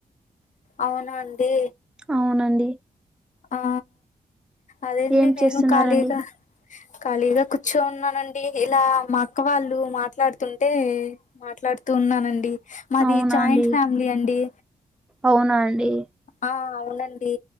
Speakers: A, on the left; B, in the centre.
A: అవునా అండి
B: అవునండి
A: ఆ అదేంటి
B: ఏం చేస్తున్నారండి
A: నేను ఖాళీగా ఖాళీగా కూర్చో ఉన్నానండి, ఇలా మా అక్క వాళ్ళు మాట్లాడుతుంటే మాట్లాడుతూ ఉన్నానండి మాది
B: అవునాండి
A: జాయింట్ ఫ్యామిలీ అండి
B: అవునాండి
A: ఆ అవునండి